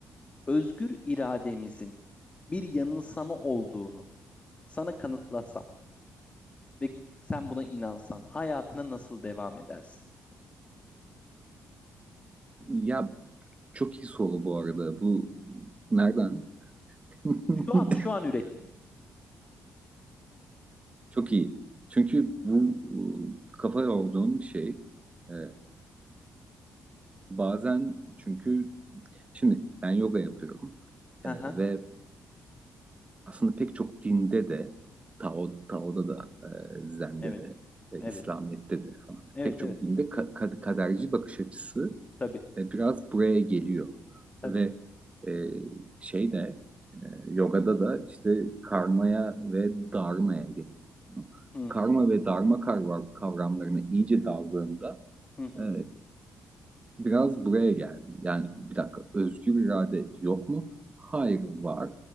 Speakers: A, on the left; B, on the right.
A: Özgür irademizin bir yanılsama olduğunu sana kanıtlasam ve sen buna inansan hayatına nasıl devam edersin?
B: Ya çok iyi soru bu arada. Bu nereden? <laughs>
A: Şu an şu an ürettim.
B: Çok iyi. Çünkü bu e, kafa yorduğum bir şey. Ee, bazen çünkü şimdi ben yoga yapıyorum Ee,
A: Hı hı.
B: ve aslında pek çok dinde de Tao, Tao'da da e, Zen'de
A: Evet.
B: de e, İslamiyet'te
A: Evet.
B: de falan
A: Evet
B: pek çok
A: evet.
B: dinde ka- kaderci bakış açısı
A: Tabii.
B: e, biraz buraya geliyor
A: Tabii.
B: ve e, şey de e, yogada da işte karmaya ve dharmaya geliyor.
A: Hı hı.
B: Karma ve dharma kavram- kavramlarına iyice daldığında
A: Hı hı.
B: e, biraz buraya geldi. Yani bir dakika özgür irade yok mu? Hayır var.